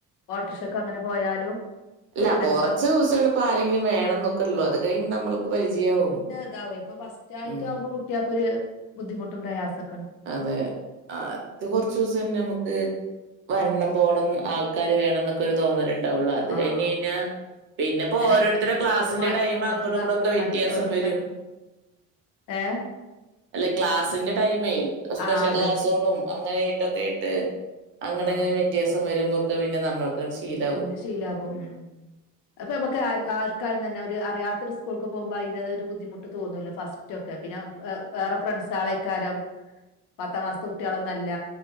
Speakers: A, on the left; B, on the right.
A: ഓട്ടറ്ക്ഷക്ക് അങ്ങനെ പോയാലും
B: ഇല്ല കൊറച്ച്
A: അൻപ
B: സെള്ളു ഇപ്പം ആരെങ്കിലും വേണം ന്നൊക്കെ ഒള്ളൂ അത് കഴിഞ്ഞ് നമ്മൾക്ക് പരിചയാവും
A: അതാവോ ഇപ്പം ഫസ് റ്റായിട്ട്
B: ഉം
A: ആകുമ്പോ കുട്ട്യോൾക്കൊര് ബുദ്ധിമുട്ടും പ്രയാസെ
B: അതെ ആത് കൊറച്ച ദിവസം തന്നെ നമുക്ക് വരണം
A: ഉം
B: പോകണം ആ ക്കാര് വേണംന്നൊക്കെ തോന്നല് ഇണ്ടാവുള്ളൂ അത്
A: ആഹ്
B: കഴിഞ്ഞ്ഴിഞ്ഞൽ പിന്നെപ്പോ
A: അല്ല
B: ഓരോരുത്തരുടെ ക്ലാസ്സിന്റെ
A: സ്കൂള് മാറ്റണം
B: ടൈം
A: മറ്റേതാക്കണം
B: അങ്ങോടും ഇങ്ങടും ഒക്കെ വ്യത്യാസം
A: മറ്റ്
B: വരും
A: മറ്റ് ഏഹ്
B: അല്ല ക്ലാസ്സിന്റെ ടൈമേ സ്പെഷ്യൽ
A: ആ അതന്നെ
B: ക്ലാസ്സോളും അങ്ങനെയിട്ടൊക്കെ യിട്ട് അങ്ങനെങ്ങനെ
A: ആഹ്
B: വ്യത്യാസം വരുമ്പൊക്കെ പിന്നെ നമ്മൾക്ക് ശീലവും
A: പിന്നെ ശീലാകും ഉം അപ്പൊ നമുക്ക് ആർക്കായാലും തന്നെ ഒരു അറിയാത്തൊരു സ്കൂൾക്ക് പോവുമ്പോ അയിന്റതായൊരു ബുദ്ധിമുട്ട് തോന്നല്ലോ ഫസ് റ്റൊക്കെ പിന്നെ വെ വേറെ ഫ്രണ്ട്സാളേക്കാരം പത്താം ക്ലാസ്ത്തെ കുട്ടികളൊന്നല്ല